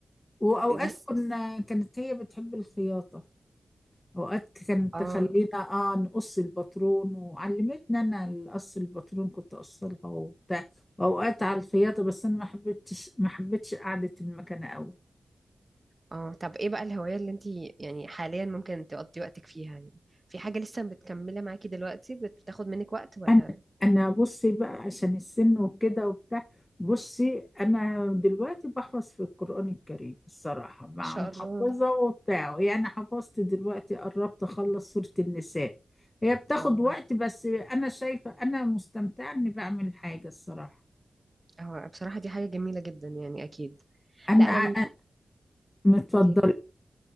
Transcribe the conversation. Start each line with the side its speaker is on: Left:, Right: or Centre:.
Left: وأوقات
Right: بس
Left: كنا كانت هي بتحب الخياطة أوقات كانت
Right: اه
Left: تخلينا آه نقص الباترون وعلمتنا أنا القص الباترون كنت أقصلها وبتاع وأوقات على الخياطة بس أنا ما حبيتش ما حبيتش قعدة المكنة أوي
Right: اه طب ايه بقى الهواية اللي انتي يعني حاليا ممكن تقضي وقتك فيها يعني في حاجة لسه بتكملة معاكي دلوقتي بتاخد منك وقت ولا
Left: انا
Right: ان
Left: انا بصي بقى عشان السن وكده وبتاع بصي انا دلوقتي بحفظ في القرآن الكريم الصراحة مع
Right: شاء
Left: محفظة
Right: الله
Left: وبتاع يعني حفظت دلوقتي قربت اخلص سورة النساء هي بتاخد
Right: اه
Left: وقت بس انا شايفة انا مستمتعة اني بعمل حاجة الصراحة
Right: هو بصراحة دي حاجة جميلة جدا يعني اكيد
Left: انا
Right: لا انا
Left: أنا
Right: من
Left: متفضلة
Right: قوليلي.